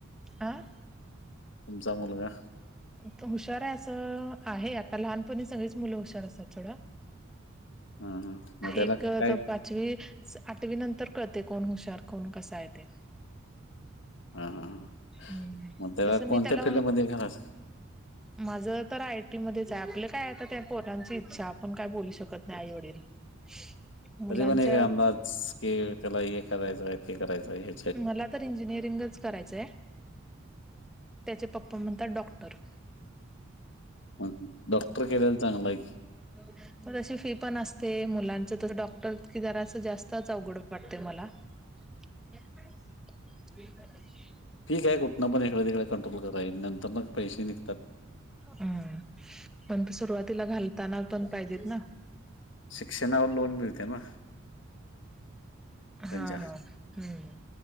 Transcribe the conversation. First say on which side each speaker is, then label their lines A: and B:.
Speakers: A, in the centre; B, on the left.
A: आं
B: तुमचा मुलगा
A: तो हुशार आहे असं आहे आता लहानपणी सगळीच मुलं हुशार असतात सोडा
B: हा हा मग त्याला
A: एक
B: काय
A: आता पाच ते आठवी नंतर कळते कोण हुशार कोण कसा आहे ते
B: हा हा हा
A: हम्म
B: मग
A: तस
B: कोणत्या
A: मी त्याला
B: <unintelligible>
A: माझं तर आयटी मध्येच आहे आपलं काय आता ते पोरांची इच्छा आपण काय बोलू शकत नाय आई वडील. <unintelligible> मुलांच्या
B: तस पण एक अंदाज की त्याला हे करायचाय आहे ते करायचाय हे
A: मला तर इंजिनिअरिंगच करायचंय त्याचे पप्पा म्हणतात डॉक्टर
B: मं डॉक्टर केलेला चांगलं आहे की,
A: हो म तशी फी पण असते मुलांचं तसं डॉक्टर कि जरासं जास्तच अवघड वाटतय मला <unintelligible>
B: ठीक आहे कुठनं पण इकड तिकड करतो मं नंतर मग पैसे निघतात.
A: हम पण तू सुरुवातीला घाली तानातन पाहिजेत ना.
B: अशा नावावर लोन मिळतेे ना त्यांच्या
A: हा हा हम्म